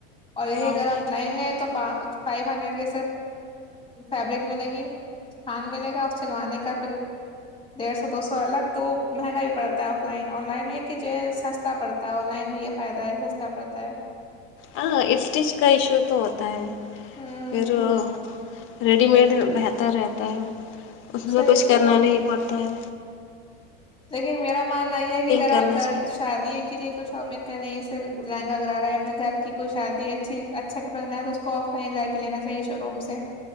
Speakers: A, on the left; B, on the left.
A: اور یہی
B: ہاں
A: اگر
B: یہ
A: آپ لائن ہے تو فائیو ہنڈریڈ کے صرف فیبرک ملے گی تھھان ملے گا اور چلوانے کا پھر ڈیڑھ سو دو سو الگ تو مہنگا ہی پڑتا ہے آف لائن آن لائن یہ کہ جو سستا پڑتا ہے آن لائن میں یہ فائدہ ہے سستا پڑتا ہے
B: ہاں اسٹیچ کا ایشو تو ہوتا ہے
A: ہ
B: میرو ریڈی میڈ بہتر رہتا ہے اس میں
A: صحیح
B: کچھ کرنا نہیں بدل
A: لیکن میرا ماننا یہ ہے کہ اگر
B: کرنا
A: آپ گھر
B: چاہیے
A: شادی کے لیے کچھ شاپنگ کر رہی ہیںھر لہنا کرا ہے اپنے گھر کی کوئی شادی اچھی اچھا کپڑا بنا ہے تو اس کو آف لائن جا کے لینا چاہیے شو روم سے